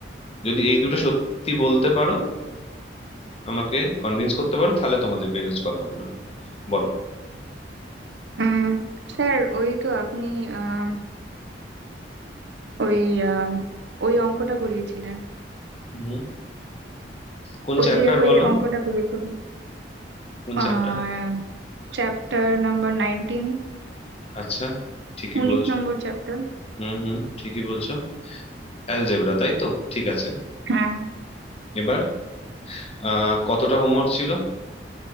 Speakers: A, on the left; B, on the right.
A: যদি এই দুটো সত্যি বলতে পারো আমাকে কনভিন্স করতে পারো তাহলে তোমাদের পেরেন্টস কল হবে না বলো
B: উম, স্যার ওই তো আপনি আম, ওই আম, ওই অঙ্কটা করিয়েছিলেন
A: হুম কোন
B: ওই
A: চ্যাপ্টার
B: যে ওই
A: বলো
B: অঙ্কটা করেছিল
A: কোন চ্যাপ্টার
B: আহ চ্যাপ্টার নাম্বার নাইনটিন
A: আচ্ছা ঠিকই
B: উনিশ
A: বলছো
B: নম্বর চ্যাপ্টার
A: হুম হুম ঠিকই বলছো অ্যালজেব্রা তাই তো ঠিক আছে
B: হ্যাঁ
A: এবার আহ, কতটা হোমওয়ার্ক ছিল